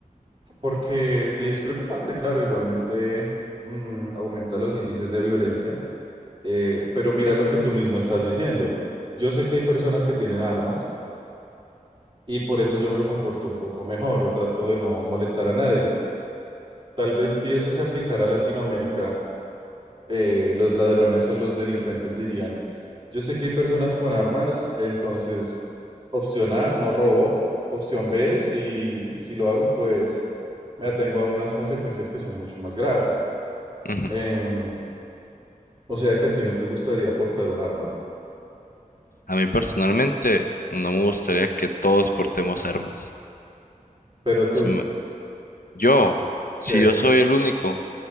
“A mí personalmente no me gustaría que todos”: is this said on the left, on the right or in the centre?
Left